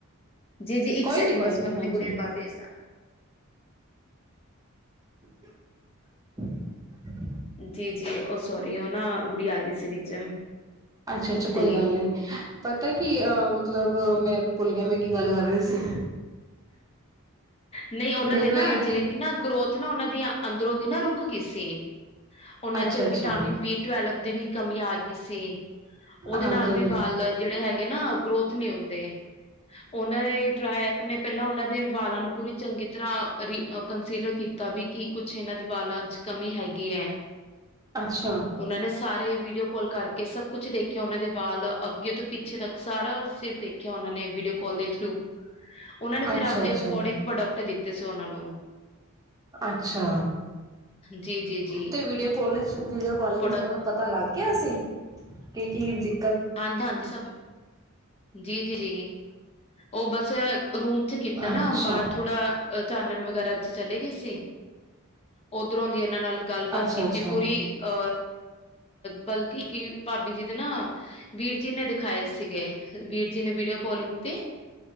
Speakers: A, on the left (about 30°); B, on the right (about 15°).
A: ਜੀ - ਜੀ ਇੱਕ
B: ਕੋਈ
A: ਸੈਕਿੰਡ
B: ਨੀ ਕੋਈ
A: ਬਸ
B: ਨੀ
A: ਮੈਂ ਆਪਣੇ
B: ਹਾਂਜੀ।
A: ਗੁੜੀਆਂ ਨੂੰ ਬਾਹਰ ਭੇਜਦਾ
B: <unintelligible> <inaudible>
A: ਜੀ - ਜੀ ਉਹ ਸੋਰੀ ਉਹ ਨਾ ਗੁੜੀ ਆ ਗਈ ਸੀ ਵਿੱਚ
B: ਅੱਛਾ - ਅੱਛਾ ਕੋਈ
A: ਤੇ
B: ਗੱਲ ਨੀ ਪਤਾ ਕੀ ਅ ਮਤਲਬ ਮੈਂ ਵੀ ਭੁੱਲ ਗਿਆ ਮੈਂ ਕੀ ਗੱਲ ਕਰ ਰਹੀ ਸੀ
A: ਨਹੀਂ ਉਹਨਾਂ
B: ਮੈਨੂੰ
A: ਦੇ ਨਾ
B: ਇਹ
A: ਜਿਵੇਂ ਕਿ ਨਾ ਗਰੋਥ ਨਾ ਉਹਨਾਂ ਦੀਆਂ ਅੰਦਰੋਂ ਦੀ ਨਾ ਰੁਕ ਗਈ ਸੀ ਉਹਨਾਂ
B: ਅੱਛਾ-ਅੱਛਾ
A: ਚ ਵਿਟਾਮਿਨ ਬੀ ਟਵੈਲਵ ਦੀ ਵੀ ਕਮੀ ਆ ਗਈ ਸੀ ਉਹਦੇ
B: ਹਾਂਜੀ-ਹਾਂਜੀ।
A: ਨਾਲ ਵੀ ਵੱਲ ਜਿਹੜੇ ਹੈਗੇ ਨਾ ਗਰੋਥ ਨੀ ਹੁੰਦੇ ਉਹਨਾਂ ਦੇ ਟਰਾਏ ਐਪ ਨੇ ਪਹਿਲਾਂ ਉਹਨਾਂ ਦੇ ਵਾਲਾਂ ਨੂੰ ਪੂਰੀ ਚੰਗੀ ਤਰ੍ਹਾਂ ਕੰਸੀਡਰ ਕੀਤਾ ਵੀ ਕਿ ਕੁਛ ਇਹਨਾਂ ਦੀ ਵਾਲਾਂ ਚ ਕਮੀ ਹੈਗੀ ਹੈ
B: ਅੱਛਾ।
A: ਉਹਨਾਂ ਨੇ ਸਾਰੇ ਵੀਡੀਓ ਕਾਲ ਕਰਕੇ ਸਭ ਕੁਛ ਦੇਖਿਆ ਉਹਨਾਂ ਦੇ ਵਾਲ ਅੱਗੇ ਤੋਂ ਪਿੱਛੇ ਤੱਕ ਸਾਰਾ ਸਿਰ ਦੇਖਿਆ ਉਹਨਾਂ ਨੇ ਵੀਡੀਓ ਕਾਲ ਦੇ ਥਰੂ ਉਹਨਾਂ ਨੇ ਫਿਰ
B: ਅੱਛਾ-ਅੱਛਾ,
A: ਆਪਦੇ ਅਕੋਰਡਿੰਗ ਪ੍ਰੋਡਕਟ ਦਿੱਤੇ ਸੀ ਉਹਨਾਂ ਨੂੰ
B: ਅੱਛਾ
A: ਜੀ-ਜੀ-ਜੀ।
B: ਤੇ ਵੀਡੀਓ ਕਾਲਿੰਗ - ਵੀਡੀਓ ਕਾਲਿੰਗ
A: ਪ੍ਰੋਡਕਟ
B: ਚ ਉਹਨਾ ਨੂੰ ਪਤਾ ਲੱਗ ਕਿਹਾ ਸੀ ਕੀ - ਕੀ ਦੀ
A: ਹਾਂ ਹਾਂਜੀ ਸਭ ਜੀ - ਜੀ ਜੀ ਉਹ ਬਸ ਰੂਮ ਚ ਕੀਤਾ
B: ਅੱਛਾ
A: ਨਾ ਬਾਹਰ ਥੋੜਾ ਚਾਨਣ ਵਗੈਰਾ ਚ ਚਲੇ ਗਏ ਸੀ। ਓਧਰੋਂ ਦੀ ਇਹਨਾਂ ਨਾਲ ਗੱਲਬਾਤ
B: ਅੱਛਾ
A: ਕੀਤੀ
B: ਅੱਛਾ
A: ਪੂਰੀ ਅ ਬਲਕਿ ਕਿ ਭਾਬੀ ਜੀ ਦੇ ਨਾ, ਵੀਰ ਜੀ ਨੇ ਦਿਖਾਏ ਸੀਗੇ। ਵੀਰ ਜੀ ਨੇ ਵੀਡੀਓ ਕਾਲਿੰਗ, ਤੇ